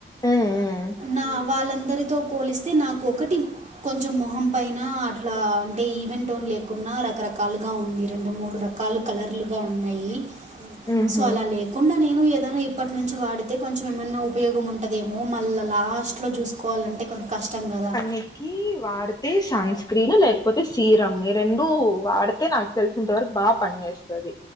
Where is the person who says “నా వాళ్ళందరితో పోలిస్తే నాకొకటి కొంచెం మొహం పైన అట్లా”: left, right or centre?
Right